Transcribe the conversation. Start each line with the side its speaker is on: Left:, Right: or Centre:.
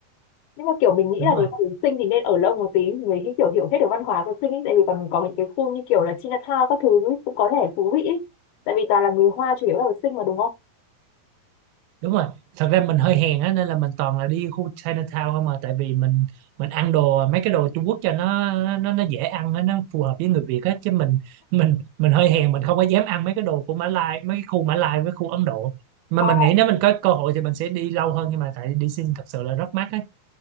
Left: nhưng mà kiểu mình nghĩ
Right: đúng
Left: là
Right: rồi
Left: nếu mà đến Sinh thì nên ở lâu một tí thì mới hi- kiểu hiểu hết được văn hóa của Sinh ấy. tại vì còn có những cái khu như kiểu là Chinatown các thứ ấy, cũng có thể thú vị ấy. tại vì toàn là người Hoa chủ yếu là ở Sinh mà đúng không
Right: đúng rồi thật ra mình hơi hèn á nên là mình toàn là đi khu Chinatown không à tại vì mình mình ăn đồ mấy cái đồ Trung Quốc cho nó nó nó dễ ăn á nó phù hợp với người Việt á chứ mình mình mình hơi hèn mình không có dám ăn mấy cái đồ của Mã Lai mấy cái khu Mã Lai với khu Ấn Độ mà
Left: ờ,
Right: mình nghĩ nếu mình có cơ hội thì mình sẽ đi lâu hơn nhưng mà tại đi xin thật sự là rất mắc á